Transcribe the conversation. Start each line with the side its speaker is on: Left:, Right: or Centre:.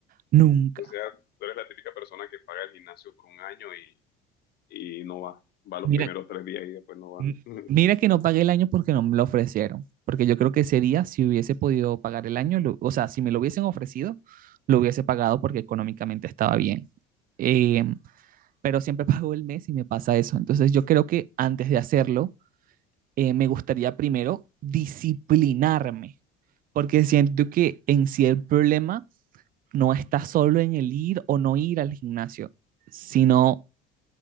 Right: Nunca.
Left: O sea, tú eres la típica persona que paga el gimnasio por un año y, y no va, va los
Right: Mira,
Left: primeros tres días y después no va.
Right: m-
Left: <laughs>
Right: mira que no pagué el año porque no me lo ofrecieron. Porque yo creo que ese día, si hubiese podido pagar el año, lo- o sea, si me lo hubiesen ofrecido, lo hubiese pagado porque económicamente estaba bien. Em, pero siempre <laughs> pago el mes y me pasa eso. Entonces yo creo que antes de hacerlo, eh, me gustaría primero disciplinarme, porque siento que en sí el problema no está solo en el ir o no ir al gimnasio, sino